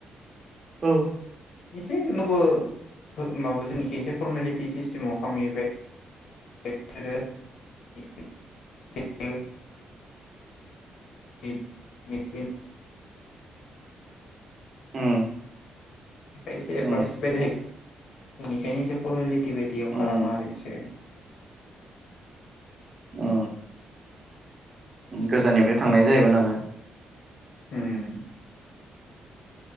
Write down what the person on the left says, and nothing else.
एसे <unintelligible> बो फोर माबो <unintelligible> एसे फरमेलिटि सिस्टेमाव खामहैबाय। <unintelligible> <unintelligible> <unintelligible> <unintelligible>
एसे एथबाथेस
<unintelligible> बेनिखायनो एसे फरमेलिटि बायदियाव
खालामा आरो बिसोरो
उम